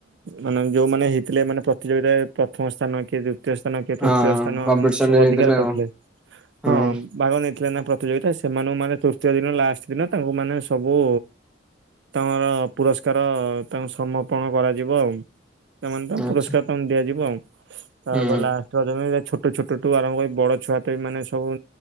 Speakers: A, on the right (about 60°); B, in the centre.
A: ମାନେ ଯେଉଁମାନେ ହେଇଥିଲେ ମାନେ ପ୍ରତିଯୋଗିତାରେ ପ୍ରଥମ ସ୍ଥାନ କିଏ ଦ୍ୱି ଦ୍ୱତୀୟ ସ୍ଥାନ କିଏ
B: ହଁ
A: ତୃତୀୟ ସ୍ଥାନ
B: କମ୍ପିଟିସନ
A: ଏମିତି ସବୁ
B: ହେଇଥିଲା
A: ଅଧିକାର କରିଥିଲେ।
B: ଆଉ ହୁଁ
A: ହଁ ଭାଗ ନେଇଥିଲେ ନା ପ୍ରତିଯୋଗିତା ସେ ସେମାନେ ମାନେ ତୃତୀୟ ଦିନ ଲାଷ୍ଟ ଦିନ ତାଙ୍କୁ ମାନେ ସବୁ ତାଙ୍କର ପୁରସ୍କାର ତାଙ୍କୁ ସମର୍ପଣ କରାଯିବ ଆଉ ସେମାନେ ତ
B: ଆଚ୍ଛା
A: ପୁରସ୍କାର ତମ ଦିଆଯିବ ଆଉ ତାପରେ
B: ହୁଁ
A: ହେଲା ଛୋଟ ଛ ଛୋଟଠୁ ଆରମ୍ଭ କରି ବଡ଼ ଛୁଆ ତେ ମାନେ ସବୁ